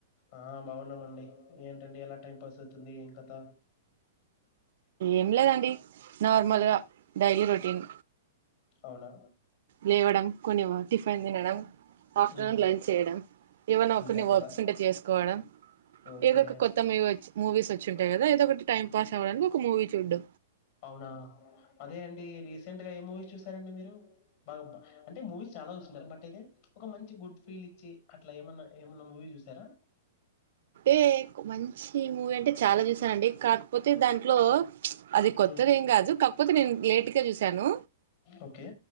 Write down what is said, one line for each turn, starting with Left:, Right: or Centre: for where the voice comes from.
Left: ఆ బాగున్నామండి ఏంటండి ఎలా టైం పాస్ అవుతుంది ఏం కధ
Right: ఏం లేదండి నార్మల్గా డైలీ రొటీన్
Left: అవునా
Right: లేవడం కొన్ని టిఫైన్ తినడం ఆఫ్టర్నూన్
Left: ఉహు
Right: లంచ్ చేయడం ఏవైనా
Left: అంతే
Right: ఒకర్ని
Left: అంటారా
Right: వర్క్స్ ఉంటే చేసుకోవడం
Left: ఓకే
Right: ఏదో ఒక కొత్త మూవచ్ మూవీస్ వ చ్చుంటాయి కద ఏదో ఒకటి టైమ్ పాస్ అవ్వడానికి ఒక మూవీ చూడ్డు
Left: అవునా అదే అండి రీసెంట్ గా ఏ మూవీస్ చూసారండి మీరు బాగా అంటే మూవీస్ చాలా చూసింటారు బట్ అయితే ఒక మంచి గుడ్ ఫీల్ ఇచ్చి అట్లా ఏమన్నా ఏమన్నా మూవీ చూసారా
Right: ఏ మంచ్ ఈ మూవంట్ టే చాలా చూసానండి కాకపోతే దాంట్లో అది కొత్తది
Left: హ్మ్.
Right: ఏం కాదు కాకపోతే నేను లేట్గా చూశాను
Left: ఓకే